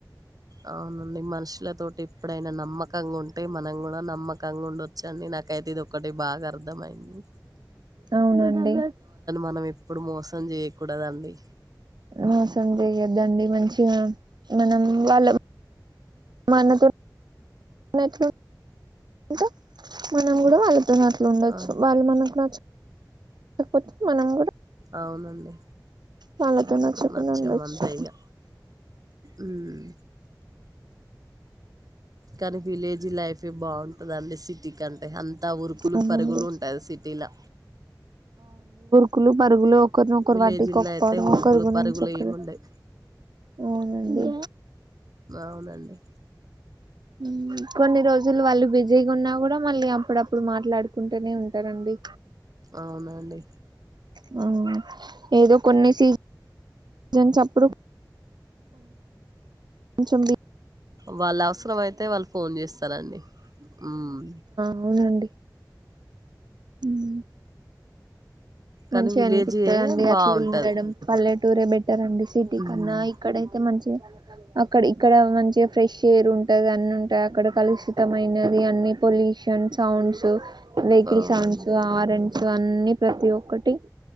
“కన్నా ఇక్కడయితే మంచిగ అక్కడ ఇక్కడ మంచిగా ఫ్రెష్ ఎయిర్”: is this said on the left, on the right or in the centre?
Right